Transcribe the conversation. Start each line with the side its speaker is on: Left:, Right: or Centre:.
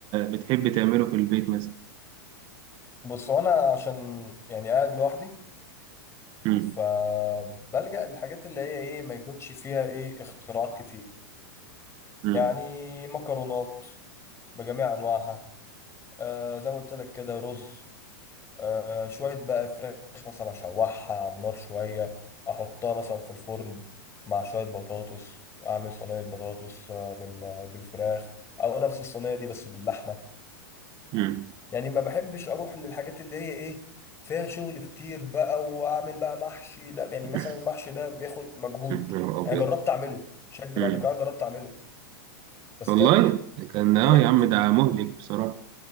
Right: بتحب تعمله في البيت مثلا؟
Left: بص هو انا عشان يعني قاعد لوحدي
Right: مم.
Left: فبلجأ للحاجات اللي هي ايه ما يكونش فيها ايه اختراعات كتير
Right: مم.
Left: يعني مكرونات بجميع انواعها آه زي ما قلت لك كده رز آه شوية بقى فراخ مثلا اشوحها على النار شوية احطها مثلا في الفرن مع شوية بطاطس اعمل صينية بطاطس آه، بال- بالفراخ او نفس الصينية دي بس باللحمة
Right: مم.
Left: يعني ما بحبش اروح للحاجات اللي هي ايه فيها شغل كتير بقى واعمل بقى محشي لا يعني
Right: <laughs>
Left: مثلا المحشي ده بياخد مجهود
Right: يا نهار أبيض
Left: انا جربت اعمله مش هكدب
Right: مم.
Left: عليك انا جربت اعمله بس
Right: والله
Left: تعبت
Right: كان آه
Left: تعبت
Right: يا عم ده مهلك بصراحة